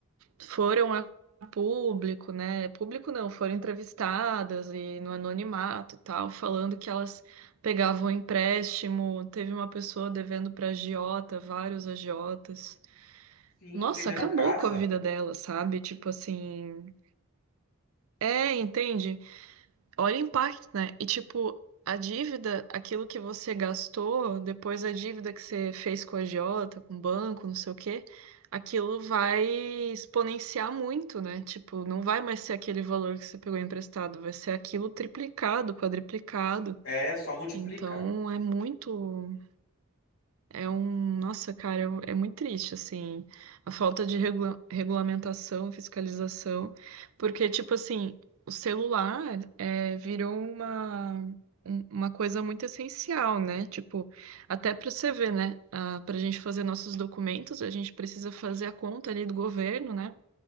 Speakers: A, on the right; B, on the left.
A: foram a público, né? Público não, foram entrevistadas e no anonimato e tal, falando que elas pegavam empréstimo. Teve uma pessoa devendo para agiota, vários agiotas.
B: Sim,
A: Nossa,
B: vender
A: acabou
B: a casa.
A: com a vida dela, sabe? Tipo assim, é, entende? Olha o impacto, né? E tipo, a dívida, aquilo que você gastou, depois a dívida que você fez com a agiota, com o banco, não sei o quê, aquilo vai exponenciar muito, né? Tipo, não vai mais ser aquele valor que você pegou emprestado, vai ser aquilo triplicado, quadriplicado.
B: É, só multiplica.
A: Então é muito, é um, nossa, cara, eu- é muito triste, assim, a falta de regula- regulamentação, fiscalização, porque, tipo assim, o celular é, virou uma, um- uma coisa muito essencial, né? Tipo, até pra você ver, né? Ah, pra gente fazer nossos documentos, a gente precisa fazer a conta ali do governo, né?